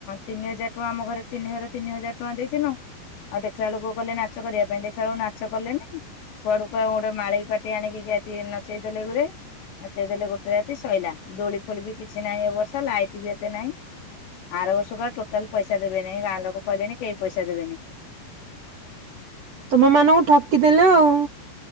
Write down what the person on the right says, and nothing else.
ତମ ମାନଙ୍କୁ ଠକି ଦେଲେ ଆଉ।